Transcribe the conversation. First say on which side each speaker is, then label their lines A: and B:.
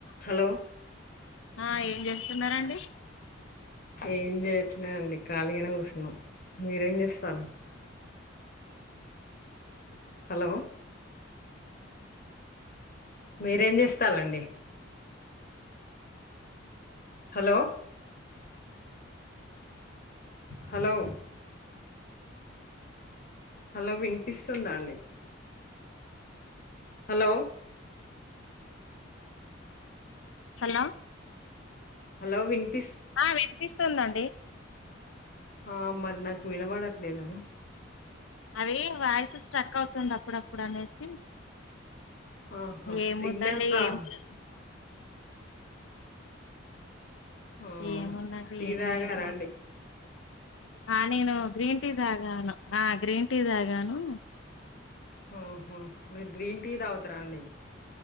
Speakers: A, on the left; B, on the left.
A: Hello
B: ఆ ఏం చేస్తునారండి
A: ఏం చేయట్లే అండి ఖాళీగానే కూచున్నాం మీరేం చేస్తరు హలో మీరేం చేస్తాలండి హలో హలో హలో వినిపిస్తుందా అండి హలో
B: హలో
A: హలో వినిపిస్తుందా
B: ఆ వినిపిస్తుందండి
A: ఆ మరి నాకు వినబడట్లేదు
B: అదే వాయిసు స్ట్రక్ అవుతుంది అప్పుడప్పుడు అనేసి
A: ఆహా
B: ఏముందండి
A: సిగ్నల్ ప్రాబ్లం
B: ఏం లే
A: ఆ
B: ఏముందండి
A: టీ
B: ఏం
A: దాగరండి
B: లేదు మా ఆ నేను గ్రీన్ టీ తాగాను ఆ గ్రీన్ టీ తాగాను
A: ఆహ మీరు గ్రీన్ టీ దాగుతారా అండి